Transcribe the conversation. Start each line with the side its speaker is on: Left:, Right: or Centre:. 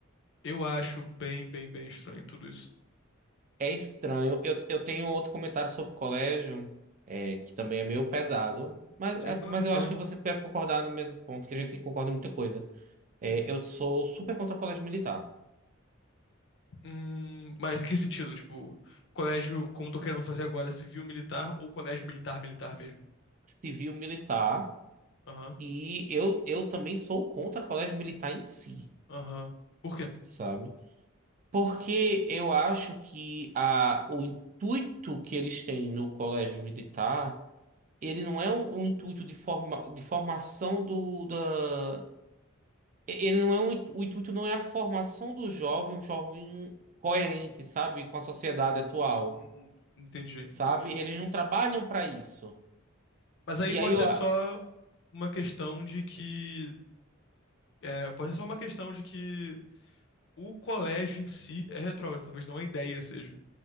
Left: eu acho bem, bem, bem estranho tudo isso.
Right: É estranho. Eu, eu tenho outro comentário sobre o colégio, é, que também é meio pesado, mas, é-
Left: Sem problema
Right: mas
Left: de
Right: eu
Left: falar.
Right: acho que você deve concordar no mesmo ponto, que a gente concorda em muita coisa. É,
Left: Hum.
Right: eu sou super contra o colégio militar,
Left: Hum, mas em que sentido? Tipo, colégio, como tô querendo fazer agora, civil militar ou colégio militar militar mesmo?
Right: civil militar,
Left: Aham,
Right: e eu, eu também sou contra o colégio militar em si,
Left: aham. Por quê?
Right: sabe? Porque eu acho que a, o intuito que eles têm no colégio militar. ele não é um, um intuito de, forma, de formação do da e- ele não é um, intu- o intuito não é a formação do jovem, um jovem coerente, sabe, com a sociedade atual,
Left: Hum, entendi,
Right: sabe?
Left: entendi.
Right: Eles não trabalham para isso.
Left: Mas aí
Right: E
Left: pode
Right: aí eu,
Left: ser
Right: a-
Left: só uma questão de que É, pode ser só uma questão de que o colégio em si é retrógrado, talvez não a ideia seja,